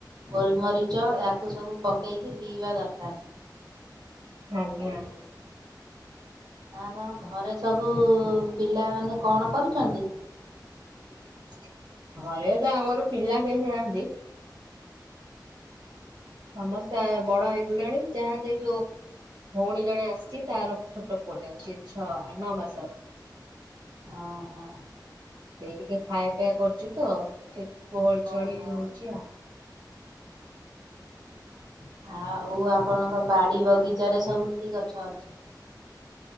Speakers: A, on the right (about 65°); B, on the right (about 85°).
A: ଗୋଲମରିଚ ୟାକୁ ସବୁ ପକାଇକି ପିଇବା ଦରକାର।
B: ଆଜ୍ଞ ଆଜ୍ଞା।
A: ଆପଣ ଘରେ ସବୁ ପିଲାମାନେ କଣ କରୁଛନ୍ତି?
B: <inaudible> ଘରେ ତ ଆମର ପିଲା କେହି ନାହାନ୍ତି। ସମସ୍ତେ ବଡ ହେଇଗଲେଣି ଯାହା ଯେ ଯୋଉ ଭଉଣୀ ଜଣେ ଆସିଛି ତାର ଛୋଟ ପୁଅଟେ ଅଛି ଛଅ ନଅ ମାସର।
A: <inaudible> ଓ ହୋ।
B: ସେଇ ଟିକେ ଖାଇବା ପିଇବା କରୁଛି ତ ସେ ଟିକେ ଗହଳି ଚହଳି
A: ଓହୋ
B: ହଉଛି ଆଉ। ହଁ। <unintelligible>
A: ଆଉ ଆପଣଙ୍କ ବାଡି ବଗିଚାରେ ସବୁ କି ଗଛ ଅଛି?